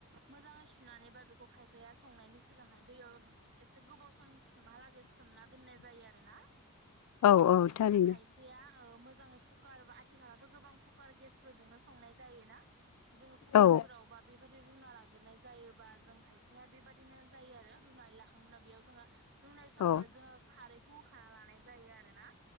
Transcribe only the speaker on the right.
मोजाङै सुनानै बा बेखौ खायफाया संनायनि सिगांहाय दैयाव एसे गोबाव सम सिमहालागै सोमना दोन्नाय जायो आरो ना
आरो खायसे खासेया मोजाङै कुकार आथिखालावथ' गोबां कुकार गेसफोरजोंनो संनाय जायोना। जोङो कुकारफोरावबा
बेबायदि रुना लाग्रोनाय जायोबा जों खायफाया बेबायदि बिदिनो जायो आरो रुनानै लाखांना बेयाव जोङो रुनाय समावनो
जोङो खारैखौ होखाना लानाय जायो आरोना